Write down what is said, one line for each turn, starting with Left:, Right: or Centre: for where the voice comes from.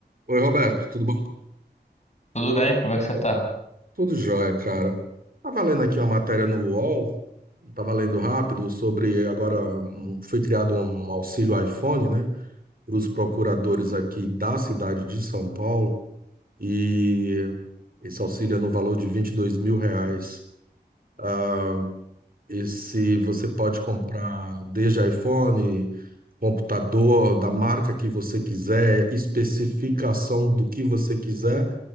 Right: Oi, Roberto, tudo bom?
Left: Tudo bem, como é que você tá?
Right: Tudo jóia, cara. Tava lendo aqui uma matéria no UOL, tava lendo rápido sobre agora um- foi criado um auxílio iPhone, né, para os procuradores aqui da cidade de São Paulo e esse auxílio é no valor de 22 mil reais. Ah, esse você pode comprar desde iPhone, computador da marca que você quiser, especificação do que você quiser